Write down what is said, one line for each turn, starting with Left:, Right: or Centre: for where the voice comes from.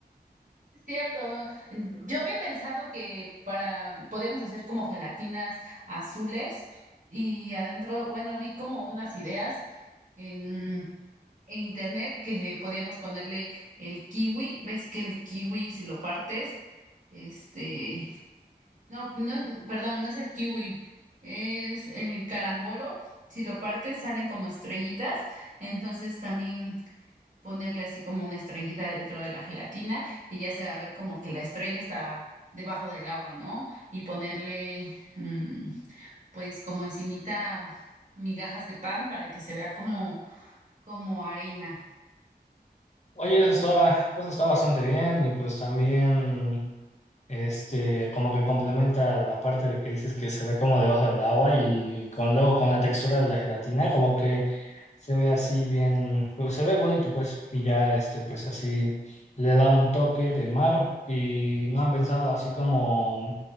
Right: Es Cierto, ¿no? Yo había pensado que para podíamos hacer como gelatinas azules y adentro, bueno, vi como unas ideas en, en internet que podíamos ponerle el kiwi. ¿Ves que el kiwi si lo partes, este, no, no, es- perdón, no es el kiwi, es el carambolo. Si lo partes salen como estrellitas, entonces también ponerle así como una estrellita dentro de la gelatina y ya se va a ver como que la estrella está debajo del agua, ¿no? Y ponerle, mm, pues como encimita migajas de pan para que se vea como, como arena.
Left: Oye, eso está, eso está bastante bien y pues también Este, como que complementa la parte de que dices que se ve como debajo del agua y con luego con la textura de la gelatina, como que se ve así bien, pues se ve bonito, pues, y ya este, pues así le da un toque de mar y no han pensado así como